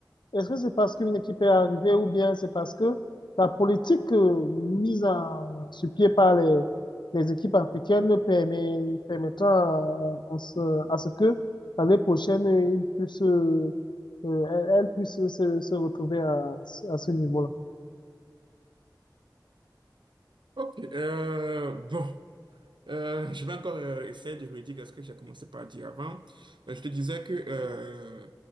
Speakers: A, on the left; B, on the right.
A: Est-ce que c'est parce qu'une équipe est arrivée ou bien c'est parce que la politique euh, mise en, sur pied par les, les équipes africaines permet, permettant à, à ce, à ce que l'année prochaine, ils puissent, euh, euh, elles puissent se, se retrouver à, à ce niveau-là? <laughs>
B: ok, euh, bon. Euh, je vais encore euh, essayer de redire ce que j'ai commencé par dire avant. Euh, je te disais que euh,